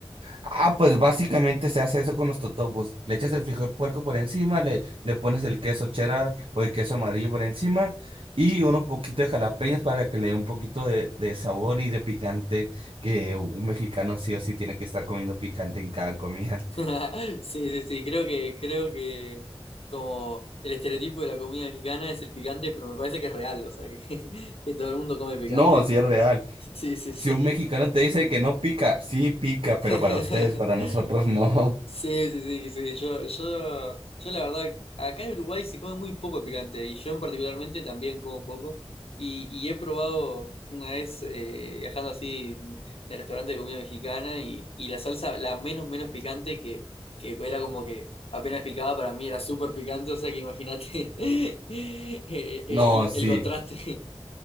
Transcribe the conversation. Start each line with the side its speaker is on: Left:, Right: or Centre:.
Right: Ah, pues básicamente se hace eso con los totopos. Le echas el frijol puerco por encima, le, le pones el queso cheddar o el queso amarillo por encima y unos poquitos de jalapeños para que le dé un poquito de, de sabor y de picante que un mexicano sí o sí tiene que estar comiendo picante en cada comida. <laughs>
Left: <laughs> Sí, sí, sí, creo que, creo que como el estereotipo de la comida mexicana es el picante, pero me parece que es real, o sea, que, <laughs> que todo el mundo come picante.
Right: No, sí
Left: <laughs>
Right: es real.
Left: Sí, sí, sí.
Right: Si un mexicano te dice que no pica, sí pica, pero
Left: <laughs>
Right: para ustedes, para nosotros <laughs> no.
Left: Sí, sí, sí, sí. Yo, yo, yo la verdad, acá en Uruguay se come muy poco picante y yo en particularmente también como poco. Y, y he probado una vez eh, viajando así en el restaurante de comida mexicana y, y la salsa, la menos, menos picante que, que era como que apenas picaba para mí era súper picante, o sea que imagínate <laughs> eh, el,
Right: No, sí.
Left: el contraste.